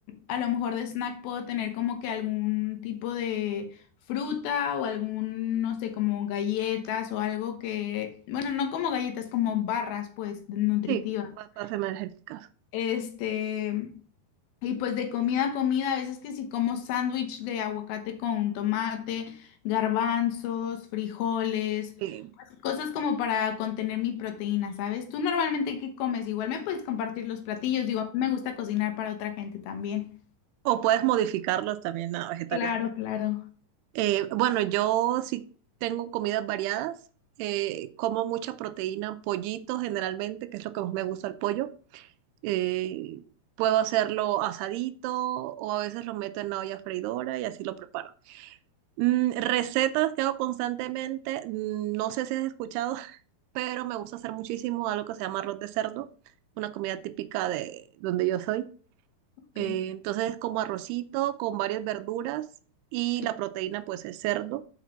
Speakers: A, on the left; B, on the right.
A: a lo mejor de snack puedo tener como que algún tipo de fruta o algún, no sé, como galletas o algo que, bueno, no como galletas, como barras pues nutritivas.
B: sí, batas energéticas.
A: Este, y pues de comida a comida, a veces que sí como sándwich de aguacate con tomate, garbanzos, frijoles,
B: Sí.
A: pues, cosas como para contener mi proteína, ¿sabes? Tú normalmente qué comes, igual me puedes compartir los platillos, digo, a mí me gusta cocinar para otra gente también.
B: O puedes modificarlos también a vegetarianos.
A: Claro, claro.
B: Eh, bueno, yo sí tengo comidas variadas. eh, como mucha proteína, pollito generalmente, que es lo que más me gusta el pollo. eh, puedo hacerlo asadito o a veces lo meto en la olla freidora y así lo preparo. Mm, recetas que hago constantemente, mm, no sé si has escuchado, <laughs> pero me gusta hacer muchísimo algo que se llama arroz de cerdo, una comida típica de donde yo soy.
A: Ok,
B: Eh, entonces es como arrocito con varias verduras y
A: qué-
B: la proteína pues es cerdo